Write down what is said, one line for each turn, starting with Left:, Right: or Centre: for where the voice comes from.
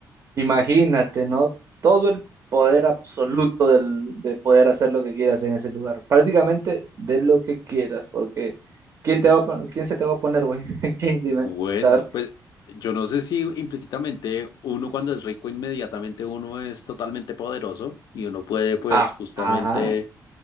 Right: Imagínate, ¿no? Todo el poder absoluto del, de poder hacer lo que quieras en ese lugar. Prácticamente de lo que quieras, porque ¿quién te va a pon- quién se te va a poner, güey? <laughs> ¿Quién dime?
Left: Bueno,
Right: A ver.
Left: pues yo no sé si implícitamente uno cuando es rico inmediatamente uno es totalmente poderoso y uno puede pues
Right: Ah,
Left: justamente
Right: ah,